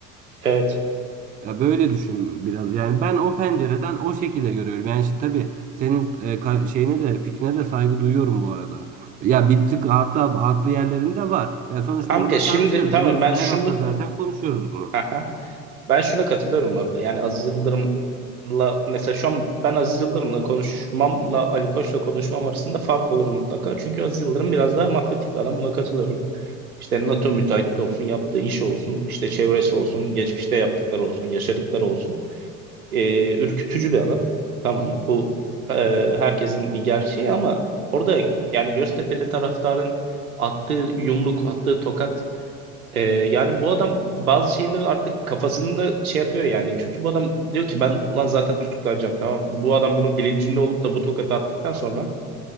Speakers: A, on the right (about 80°); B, on the right (about 20°).
A: evet.
B: Ya böyle düşün biraz. Yani ben o pencereden o şekilde görüyorum. Yani şimdi tabii senin e, ka- şeyine de fikrine de saygı duyuyorum bu arada. Ya bir tık hatta haklı yerlerinde var. Ya sonuçta
A: Kanka
B: burada
A: şimdi
B: tartışıyoruz
A: tamam
B: biliyorsun.
A: ben şunu...
B: Her hafta zaten konuşuyoruz bunu.
A: Aha. Ben şuna katılıyorum bu arada. Yani Aziz Yıldırım'la mesela şu an ben Aziz Yıldırım'la konuşmamla Ali Koç'la konuşmam arasında fark olur mutlaka. Çünkü Aziz Yıldırım biraz daha mafyatik bir adam. Buna katılıyorum. İşte NATO müteahhit de olsun, yaptığı iş olsun, işte çevresi olsun, geçmişte yaptıkları olsun, yaşadıkları olsun. Ee, ürkütücü bir adam. Tamam bu e, herkesin bir gerçeği ama orada yani Göztepe'li taraftarın attığı yumruk, attığı tokat ee, yani bu adam bazı şeyleri artık kafasında şey yapıyor yani. Çünkü bu adam diyor ki ben lan zaten tutuklanacağım tamam. mı? Bu adam bunun bilincinde olup da bu tokatı attıktan sonra